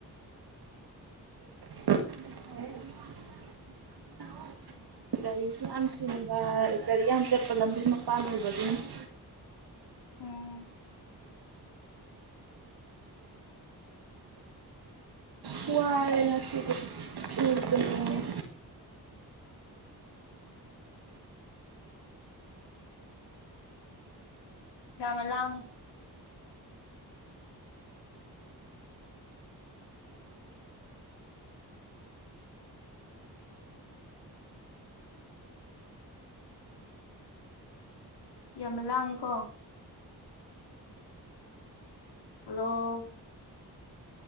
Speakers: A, on the right; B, on the left.
A: <unintelligible> ꯒꯥꯔꯤꯁꯨ ꯌꯥꯝ ꯆꯤꯟꯕ ꯒꯥꯔꯤ ꯌꯥꯝ ꯆꯠꯄ ꯂꯝꯕꯤ ꯃꯄꯥꯟ ꯑꯣꯏꯕꯒꯤꯅꯤ ꯎꯝ
B: ꯎꯝ
A: ꯁꯔꯦ ꯉꯁꯤꯗꯤ ꯇꯨꯝꯕꯨ ꯇꯨꯝꯅꯥꯡꯉꯦ
B: ꯌꯥꯝꯃ ꯂꯥꯡꯉꯦ ꯌꯥꯝꯅ ꯂꯥꯡꯉꯦꯀꯣ ꯍꯜꯂꯣ